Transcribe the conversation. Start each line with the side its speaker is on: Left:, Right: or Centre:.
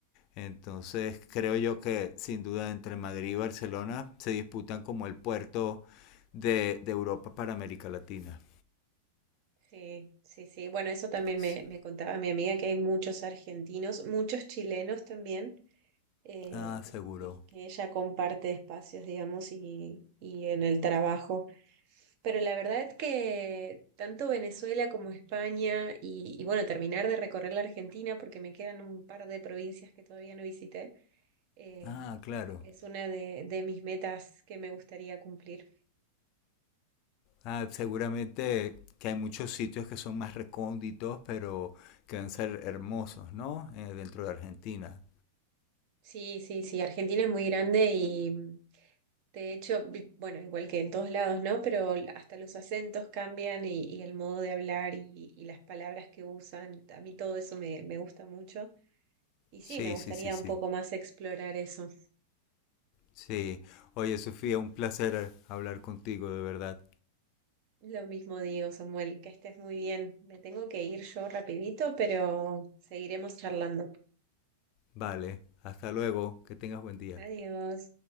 Left: Entonces creo yo que sin duda entre Madrid y Barcelona se disputan como el puerto de, de Europa para América Latina.
Right: Sí, sí, sí. Bueno, eso también
Left: Sí.
Right: me, me contaba mi amiga que hay muchos argentinos, muchos chilenos también. eh,
Left: Ah, seguro.
Right: y que ella comparte espacios, digamos, y, y en el trabajo. Pero la verdad es que tanto Venezuela como España y, y bueno, terminar de recorrer la Argentina porque me quedan un par de provincias que todavía no visité, eh,
Left: Ah, claro.
Right: es una de, de mis metas que me gustaría cumplir.
Left: Ah, seguramente que hay muchos sitios que son más recónditos, pero que van a ser hermosos, ¿no? Eh, dentro de Argentina.
Right: Sí, sí, sí, Argentina es muy grande De hecho, vi- bueno, igual que en todos lados, ¿no? Pero l- hasta los acentos cambian y, y el modo de hablar y, y las palabras que usan. A mí todo eso me, me gusta mucho. Y
Left: Sí,
Right: sí, me gustaría
Left: sí, sí, sí.
Right: un poco más explorar eso.
Left: Sí. Oye, Sofía, un placer hablar contigo, de verdad.
Right: Lo mismo digo, Samuel, que estés muy bien. Me tengo que ir yo rapidito, pero seguiremos charlando.
Left: Vale, hasta luego, que tengas buen día.
Right: Adiós.